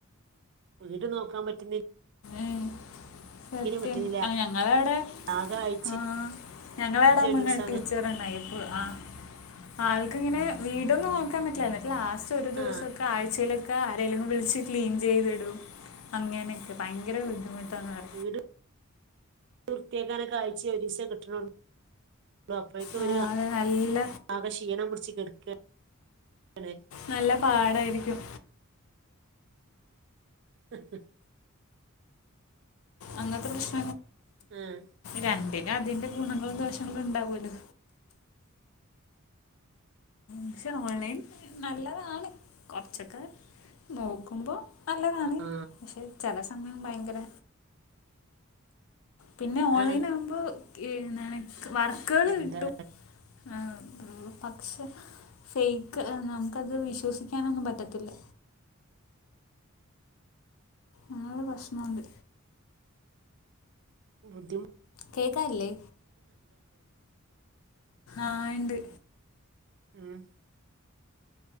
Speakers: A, on the right (about 55°); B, on the left (about 75°).
A: വീട് നോക്കാൻ പറ്റുന്നി
B: ഏയ് സത്യം
A: പറ്റുന്നില്ല
B: അല്ല ഞങ്ങളവിടെ
A: ആകെ ആഴ്ചയിൽ
B: ആഹ് ഞങ്ങളവിടെ
A: ഒരു
B: മുന്നേ
A: ദിവസമാണ്
B: ടീച്ചർണ്ടായി ഇപ്പോ ആ ആൾക്ക്ങ്ങനെ വീടും നോക്കാൻ പറ്റില്ല. എന്നിട്ട് ലാസ്റ്റ് ഒരു ദിവസൊക്കെ
A: ആ
B: ആഴ്ചയിലൊക്കെ ആരേലും വിളിച്ച് ക്ലീൻ ചെയ്ത്ടും. അങ്ങനെയൊക്കെ ഭയങ്കര ബുദ്ധിമുട്ടാന്ന് പറ
A: വിട് വൃത്തിയാക്കാനൊക്കെ ആഴ്ചേ ഒരൂസേ കിട്ടണുള്ളു ള്ളു അപ്പഴേക്കു
B: ആ,
A: വരു
B: അത് നല്ല
A: ആകെ ക്ഷീണം പിടിച്ച് കെടക്കാണ്
B: നല്ല പാടായിരിക്കും.
A: <unintelligible>
B: അങ്ങൻത്തെ പ്രശ്ന
A: മ്ഹ്
B: രണ്ടിനും അതിന്റെ ഗുണങ്ങളും ദോഷങ്ങളും ഉണ്ടാവൂല്ലോ പക്ഷെ ഓൺലൈൻ നല്ലതാണ് കൊറച്ചൊക്കെ നോക്കുമ്പോ നല്ലതാണ്
A: ആ
B: പക്ഷെ ചെല സമയം ഭയങ്കര പിന്നെ
A: അതാണ്
B: ഓൺലൈൻ ആകുമ്പോ എന്നാ വർക്കാള്
A: എന്താ
B: കിട്ടും. ആഹ് പക്ഷെ ഫെയ്ക്ക് നമുക്കത് വിശ്വസിക്കാനൊന്നും പറ്റത്തില്ല. അങ്ങനൊരു പ്രശ്നൊണ്ട്.
A: ബുദ്ധിമു
B: കേക്കാല്ലേ ആയിണ്ട്.
A: മ്ഹ്.